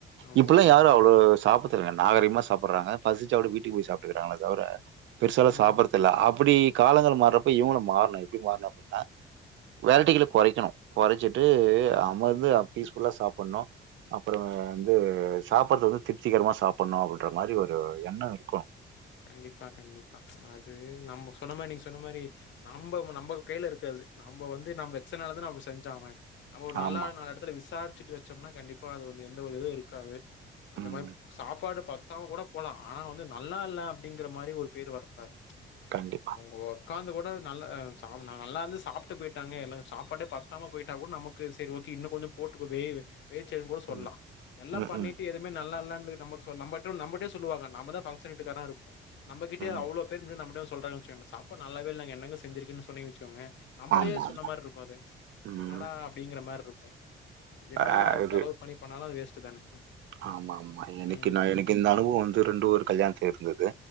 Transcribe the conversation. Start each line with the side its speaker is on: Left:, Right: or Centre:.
Left: ஆமாமா.
Right: இப்பல்லா யாரு அவ்ளோ சாப் <unintelligible> நாகரிகமா சாப்புர்றாங்க பசிச்சாக்கூட வீட்டுக்கு போய் சாப்ட்டுக்குறாங்களே தவிர பெருசால்லா
Left: ம்.
Right: சாப்புர்றதில்ல அப்டி காலங்கள் மாறப்ப இவங்களு மாற்ணு எப்டி மாற்ணு அப்டின்னா வெரைட்டிகள கொறைக்கணு கொறச்சிட்டு
Left: குறைக்கணும்.
Right: அமர்ந்து
Left: ம்.
Right: அ பீஸ்ஃபுல்லா சாப் பண்ணோ அப்பறோ அ வந்து சாப்படுறது வந்து திருப்திகரமா சாப்படணும் அப்டின்ற மாரி ஒரு எண்ணம் இருக்கும்
Left: கண்டிப்பா கண்டிப்பா அது நம்ப சொன்ன மாரி நீங்க சொன்ன மாரி நம்ப நம்ப கையில இருக்காது நம்ப வந்து நம்ம வச்சனாலதான் அப்டி செஞ்சா அவன் நம்ம ஒரு நல்லா
Right: ஆமா
Left: நாலு எடத்துல விசாரி ச்சிட்டு வச்சம்னா கண்டிப்பா அது வந்து எந்த ஒரு இதுவு இருக்காது அந்த
Right: ம்
Left: மாரி சாப்பாடு பத்தாம கூட போலா ஆனா வந்து நல்லால்ல அப்டிங்கற மாரி ஒரு பேர் வரக்கூடாது
Right: கண்டிப்பா
Left: அவுங்க உக்காந்து கூட நல்லா நல்லா இருந்து சாப்ட்டு போயிட்டாங்க எனக்கு சாப்பாட்டே பத்தாம போயிட்டா கூட நமக்கு சரி ஓகே இன்னும் கொஞ்சம் போட்டுக்கவே பேச்சு கூட சொல்லலாம்
Right: ம்
Left: எல்லாம்
Right: ம்
Left: பண்ணிட்டு
Right: ம்
Left: எதுவுமே நல்லா இல்ல நம்பட்டே நம்பட்டே சொல்லுவாங்க நம்பதான் பங்கசன் வீட்டுக்காரனா இருப்போம் நம்பகிட்டயே
Right: ம்
Left: அவ்வளோ பேர் <unintelligible> சொல்றாங்கனு வச்சுகங்க சாப்டு நல்லாவே இல்லங்க என்னங்க செஞ்சிருக்கிங்கனு சொன்னீங்கினு வெச்சுக்கோங்க நம்பளே
Right: ஆமா
Left: சொன்ன
Right: ஆமா
Left: மாரி இருக்கும் அது
Right: ம்
Left: என்னடா அப்புடிங்கிற மாரி இருக்கும் என்ன
Right: அ
Left: தா
Right: இது
Left: செலவு பண்ணி பண்ணாலும் அது வேஸ்ட் ச்சு தானே
Right: ஆமா ஆமா எனக்கு
Left: ம்,
Right: நா எனக்கு
Left: ம்.
Right: இந்த அனுபவம் வந்து ரெண்டு ஒரு கல்யாணத்துல இருக் இருந்துது